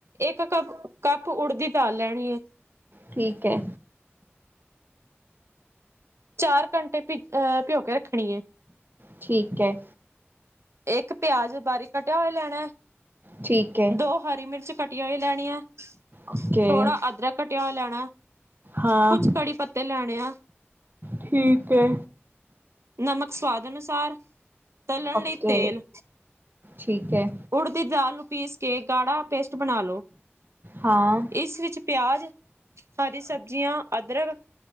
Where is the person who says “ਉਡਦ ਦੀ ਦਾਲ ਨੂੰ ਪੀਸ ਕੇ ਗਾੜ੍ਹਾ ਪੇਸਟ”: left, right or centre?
Right